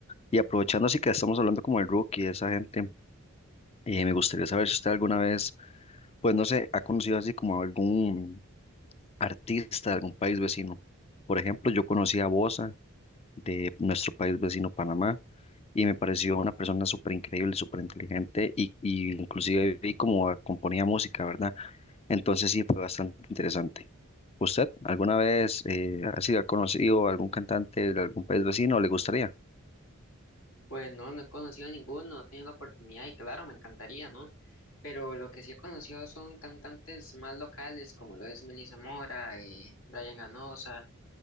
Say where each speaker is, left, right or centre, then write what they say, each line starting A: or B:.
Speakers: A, on the left; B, on the left.
A: Y aprovechando así que estamos hablando como el Rookie, esa gente, eh, me gustaría saber si usted alguna vez, pues no sé, ha conocido así como algún artista de algún país vecino. Por ejemplo, yo conocí a Bosa de nuestro país vecino, Panamá, y me pareció una persona súper increíble, súper inteligente, y, y inclusive vi cómo componía música, ¿verdad? Entonces sí, fue bastante interesante. ¿Usted alguna vez eh, así ha sido conocido algún cantante de algún país vecino? ¿Le gustaría?
B: Pues no, no he conocido a ninguno, no he tenido la oportunidad y claro, me encantaría, ¿no? Pero lo que sí he conocido son cantantes más locales, como lo es Melissa Mora, eh, Brian Ganosa